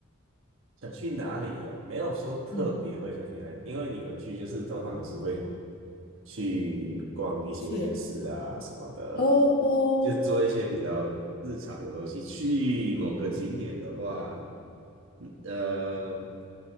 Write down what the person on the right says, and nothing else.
想去哪里哦？没有说特别会想去哪里，
因为你回去就是通常都是会去逛一些夜市啊什么的，
就做一些比较日常的东西。去某个景点的话，嗯呃，